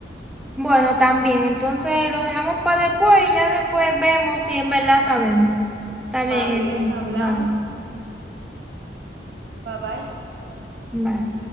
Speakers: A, in the centre; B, on the right.
A: Bueno, también, entonces lo dejamos para después y ya después vemos si en verdad sabemos. Está
B: Está
A: bien,
B: bien,
A: entonces,
B: hablamos.
A: bye,
B: Bye bye.
A: bye.